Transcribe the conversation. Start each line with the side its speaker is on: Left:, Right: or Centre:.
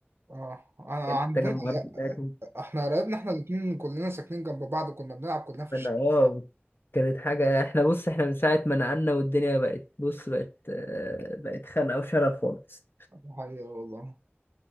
Right: اه انا
Left: كانت
Right: عندنا
Left: التجمعات بتاعتهم
Right: احنا قرايبنا احنا الاتنين كلنا ساكنين جنب بعض وكنا بنلعب كلنا في الشارع
Left: أنا آه كانت حاجة احنا بص احنا من ساعة ما نقلنا والدنيا بقت بص بقت آه، بقت خانقة وشرف خالص
Right: دي حقيقة والله